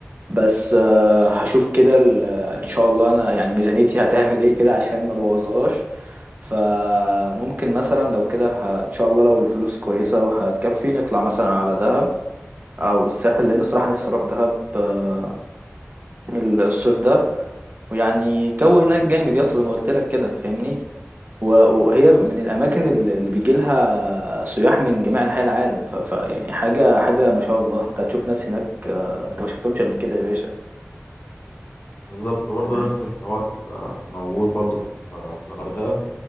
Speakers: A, on the right; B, on the left.
A: بس آه، هشوف كده ال- آه، ان شاء الله انا يعني ميزانيتي هتعمل ايه كده عشان ما بوظهاش فممكن مثلا لو كده ه... ان شاء الله لو الفلوس كويسة وهتكفي نطلع مثلا على دهب او الساحل لان الصراحة نفسي اروح دهب آه، الصيف ده ويعني الجو هناك جامد يا اسطى زي ما قلت لك كده فاهمني و- وهي من
B: بس-
A: الاماكن اللي اللي بيجي لها سياح من جميع انحاء العالم ف... ف يعني حاجة حاجة ما شاء الله انت هتشوف ناس هناك آه، انت ما شفتهمش قبل كده يا باشا
B: بالظبط برضه
A: فاهم؟
B: نفس الحوار آه، موجود برضه في آه، في الغردقه